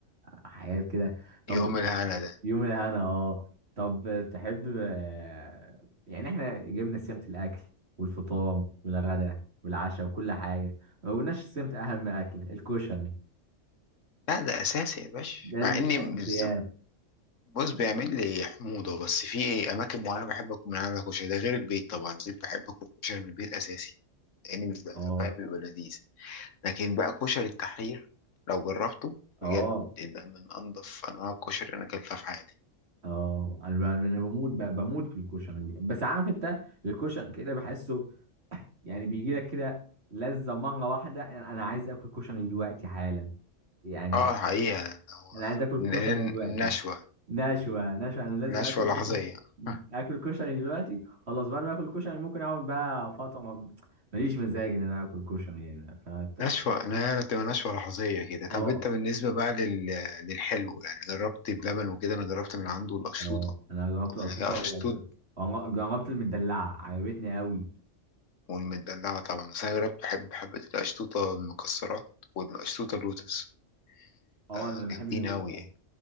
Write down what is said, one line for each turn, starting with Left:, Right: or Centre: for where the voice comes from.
Right: حياة كده طب
Left: يوم الهنا ده
Right: يوم الانا اه طب تحب آه، يعني احنا جبنا سيرة الاكل والفطار والغداء والعشاء وكل حاجة ما قلناش سيرة اهم اكلة الكشري
Left: لا ده أساسي يا باشا
Right: ده
Left: مع
Right: دي
Left: إني
Right: الاساسيات
Left: بز- بص بيعمل لي حموضة بس في أماكن معينة بحب أكل من عندك كشري ده غير البيت طبعا البيت بحب أكل كشري من البيت أساسي لأني بيبقى
Right: اه
Left: فاهم بيبقى لذيذ لكن بقى كشري التحرير لو جربته
Right: اه
Left: بجد ده من انضف انواع الكشري اللي انا اكلتها في حياتي
Right: اه انا ب- انا بموت ب- بموت في الكشري بس عارف انت الكشري كده بحسه يعني بيجي لك كده لذة مرة واحدة يعني انا عايز اكل كشري دلوقتي حالا يعني
Left: اه حقيقة هو
Right: انا عايز اكل
Left: ن-
Right: كشري دلوقتي
Left: ن- نشوة
Right: نشوة نشوة انا لازم
Left: نشوة
Right: اكل
Left: لحظية
Right: كشري
Left: <laughs>
Right: اكل كشري دلوقتي خلاص بعد ما اكل كشري ممكن اقعد بقى فترة ماليش مزاج ان انا اكل كشري هنا فت...
Left: نشوة لا بتبقى نشوة لحظية كده طب
Right: اه
Left: انت بالنسبة بقى لل... للحلو يعني جربت بلبن وكده انا جربت من عنده القشطوطة
Right: اه انا جربت الاشرطة
Left: انا هي قشطوط
Right: وجربت جربت المدلعة عجبتني قوي
Left: والمدلعة طبعا بس انا جربت بحب حبة القشطوطة المكسرات والقشطوطة اللوتس
Right: اه
Left: آه
Right: انا
Left: جامدين
Right: بحب اللوت
Left: قوي يعني